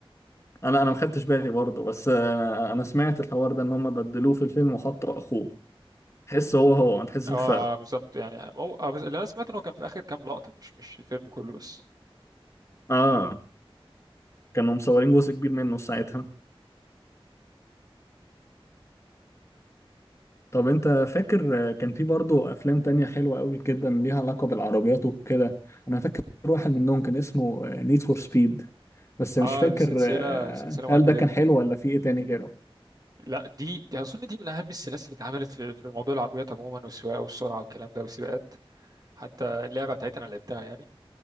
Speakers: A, on the left; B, on the right.
A: انا انا ما خدتش بالي برضه بس آه انا سمعت الحوار ده ان هم بدلوه في الفيلم وحطوا اخوه تحس هو هو ما تحسش
B: اه
A: بفرق
B: آه، بالظبط يعني هو آه بس اللي انا سمعت ان هو كان في اخر كام لقطه مش مش الفيلم كله بس
A: اه كانوا مصورين جزء كبير منه ساعتها طب انت فاكر كان في برضه افلام تانية حلوة قوي جدا ليها علاقة بالعربيات وكده انا فاكر واحد منهم كان اسمه نيد فور سبيد بس مش
B: اه
A: فاكر
B: دي سلسله
A: آه،
B: سلسله مهمه
A: هل ده
B: جدا
A: كان حلو ولا في ايه تاني غيره
B: لا دي دي اظن دي من اهم السلاسل اللي اتعملت في في موضوع العربيات عموما والسواقه والسرعه والكلام ده والسباقات حتى اللعبه بتاعتها انا لعبتها يعني